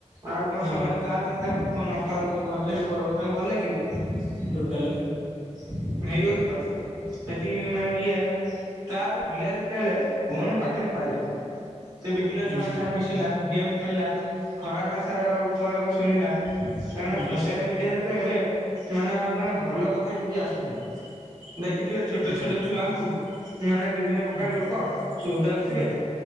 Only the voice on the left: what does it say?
ହଁ
ଟୋଟାଲେ
ହୁଁ
ହୁଁ
ହଁ
ହଁ
ହୁଁ
ହୁଁ